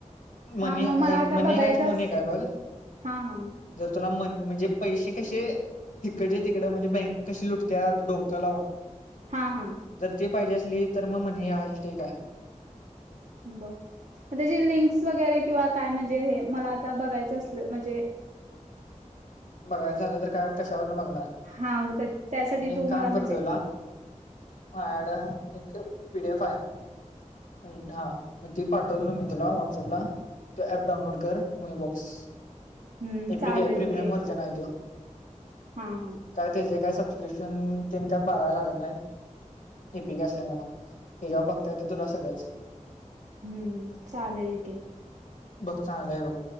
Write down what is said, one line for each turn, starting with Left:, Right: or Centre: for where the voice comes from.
Right: हा
Left: मनी
Right: मग
Left: आहेत
Right: मला आता
Left: मनी
Right: बघायचं
Left: आहेत मनी
Right: अस-
Left: काय बघ.
Right: हा हा
Left: म्हणजे पैसे कसे इिकडचे तिकडे म्हणजे बँक कशी लुटते डोकं लावून.
Right: हा हा
Left: जर त पाहिजे असली तर मग मनी आलते काय.
Right: ब त्या लिं <inaudible> <unintelligible> वरे किंवा काय म्हणजे मला आता बघायचं अस म्हणजे
Left: बघायच झालं तर काय कशावर. बघणार
Right: हा त्यासाठी
Left: मी एक
Right: तू
Left: काम
Right: मला
Left: करतो.
Right: म्हणजे
Left: मायड एक पीडीएफ आहे हा. ती पाठवते मी तुला व्हॉट्सअपला तो ऍप डाऊनलोड कर मुई बॉक्स.
Right: हम्म
Left: एपिक
Right: चालेल
Left: आहे प्रीमियम
Right: की.
Left: व्हर्जन काय
Right: हा हा
Left: ते जे काय. क्रिशन तीन का बारा लागत नाहीत एपीके असल्यामुळं त्याच्यावर बघताय ते तुला सगळंच.
Right: हम्म चालेल की
Left: बघ चांगलंय बघ